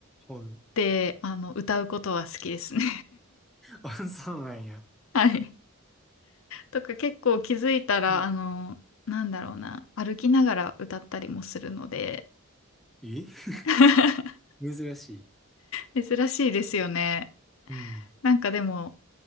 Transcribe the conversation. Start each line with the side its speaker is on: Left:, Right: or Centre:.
Centre: はい。
Left: で、あの、歌うことは好きですね。
Centre: あ、そうなんや。
Left: <laughs> はい。とか結構気づいたら、
Centre: うん
Left: あの、なんだろうな。歩きながら歌ったりもするので。
Centre: え
Left: <laughs>
Centre: 珍しい。
Left: 珍しいですよね。
Centre: うん。
Left: なんかでも、